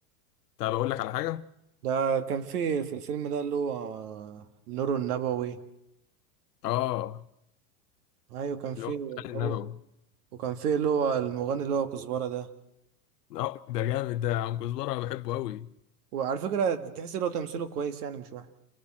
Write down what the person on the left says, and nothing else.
طب اقول لك على حاجه
اه
اللي هو خالد النبوي
اه ده جامد ده يا عم كزبره انا بحبه قوي